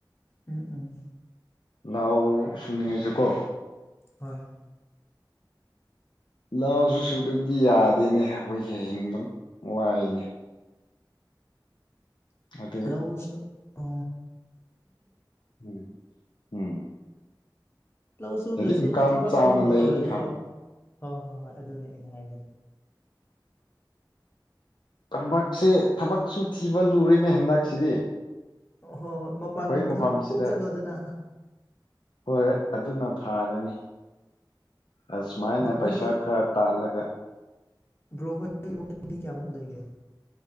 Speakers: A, on the left; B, on the left.
A: ꯎꯝ ꯎꯝ
B: ꯂꯅꯥꯎ ꯁꯨꯡꯉꯖꯀꯣ
A: ꯍꯣꯏ
B: ꯂꯥꯎꯁꯨ ꯁꯨ ꯑꯗꯨꯗꯤ ꯌꯥꯗꯦꯅꯦ ꯑꯩꯈꯣꯏꯁꯦ ꯍꯤꯡꯕ ꯋꯥꯏꯅꯦ ꯑꯗꯨ
A: ꯂꯎꯁ ꯑ
B: ꯎꯝ ꯎꯝ
A: ꯂꯧ ꯁꯨꯗ꯭ꯔꯁꯨ
B: ꯍꯥꯏꯗꯤ ꯏꯟꯀꯝ
A: ꯊꯕꯛ
B: ꯆꯥꯎꯅ
A: ꯑꯃꯕꯨ
B: ꯂꯩꯔꯗꯤ
A: ꯇꯧꯔꯗꯤ
B: ꯐꯕ
A: ꯌꯥꯏ ꯍꯣꯏ ꯍꯣꯏ ꯍꯣꯏ ꯑꯗꯨꯅꯤ ꯑꯩꯅ ꯍꯥꯏꯖꯩ
B: ꯊꯕꯛꯁꯦ ꯊꯕꯛꯁꯨ ꯊꯤꯕ ꯂꯨꯔꯦꯅꯦ ꯍꯟꯗꯛꯁꯤꯗꯤ
A: ꯍꯣꯏ ꯍꯣꯏ ꯃꯄꯥꯟ
B: ꯑꯩꯈꯣꯏ
A: ꯂꯣꯝꯗ
B: ꯃꯐꯝꯁꯤꯗ
A: ꯀꯣꯛ ꯆꯠꯂꯣꯗꯅ
B: ꯍꯣꯏ ꯑꯗꯨꯅ ꯐꯥꯔꯅꯤ ꯑꯁꯨꯃꯥꯏꯅ
A: ꯕ꯭ꯔꯣꯈꯣꯏꯗꯤ
B: ꯄꯩꯁꯥ ꯈꯔ ꯇꯥꯜꯂꯒ
A: ꯭ꯔꯣꯍ ꯃꯤ ꯀꯌꯥꯃꯨꯛ ꯂꯩꯒꯦ